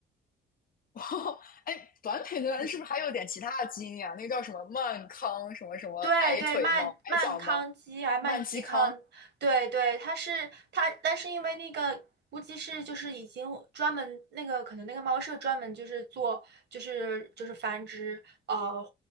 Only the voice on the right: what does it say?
嗯。
对对，曼曼康基还曼基康，
对对，它是它，但是因为那个估计是就是已经专门那个可能那个猫舍专门就是做就是就是繁殖呃